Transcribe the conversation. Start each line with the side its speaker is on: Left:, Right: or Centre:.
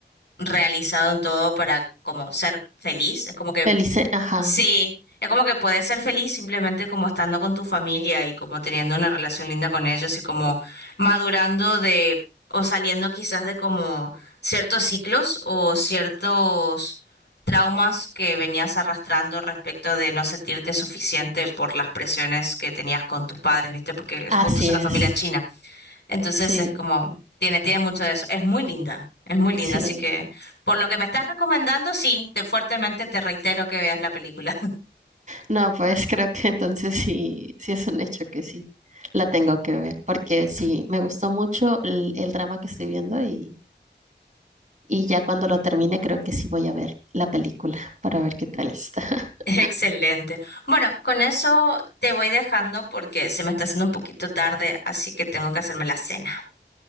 Left: realizado en todo para como ser feliz. Es como que
Right: Felice, ajá.
Left: Sí, es como que puedes ser feliz simplemente como estando con tu familia y como teniendo una relación linda con ellos y como madurando de o saliendo quizás de como ciertos ciclos o ciertos traumas que venías arrastrando respecto de no sentirte suficiente por las presiones que tenías con tus padres, ¿viste? Porque es
Right: Así
Left: justo es una
Right: es.
Left: familia china. Entonces
Right: Sí,
Left: es como tiene tiene mucho de eso. Es muy linda. Es muy linda,
Right: sí.
Left: así que por lo que me estás recomendando, sí, te fuertemente te reitero que veas la película.
Right: No, pues creo que entonces sí, sí es un hecho que sí. La tengo que ver, porque sí, me gustó mucho el, el drama que estoy viendo y, y ya cuando lo termine creo que sí voy a ver la película para ver qué tal está. <laughs>
Left: Excelente. Bueno, con eso te voy dejando porque se me está haciendo un poquito tarde, así que tengo que hacerme la cena.